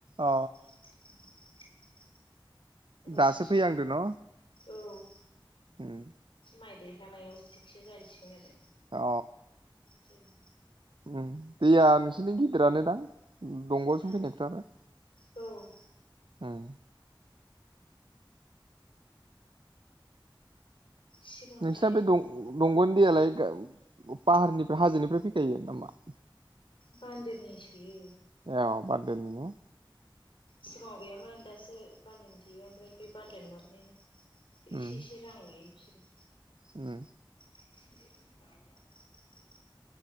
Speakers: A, on the right; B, on the left.
A: अ
B: <inaudible> एबानो
A: दासो फैहांदो न'।
B: औ
A: उम
B: माइ देरहांनायाव थिगसो जाहैसिगोन आरो।
A: अ
B: जायो।
A: उम दैया नोंसोरनिथिं गिदिरानो दां दंग'जों
B: हा
A: फैनायफ्राबो?
B: औ
A: उम
B: सिगांहाय
A: नोंसिना बे दं दंग'नि दैयालाय गाय पाहारनिफ्राय हाजोनिफ्राय फैखायो नामा? <inaudible>
B: बान्दोनि सोयो।
A: एव बान्दोनि ना?
B: सिगाङाव गैयामोन दासो बान्दो थेयो ओमफ्राय बे बान्दोनि माबानायनि
A: उम
B: एसे एसे रां लायो बिसोरो
A: उम
B: <inaudible>